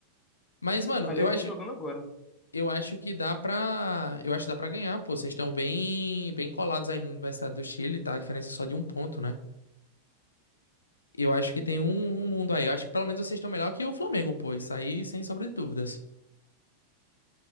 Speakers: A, on the left; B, on the left.
A: Mas, mano,
B: Aliás,
A: eu acho,
B: estão jogando agora.
A: eu acho que dá pra. Eu acho que dá pra ganhar, pô. Vocês estão bem, bem colados aí na Universidade do Chile, tá? A diferença é só de um ponto, né? Eu acho que tem um, um mundo aí. Eu acho que pelo menos vocês estão melhor que o Flamengo, pô. Isso aí, sem sombra de dúvidas.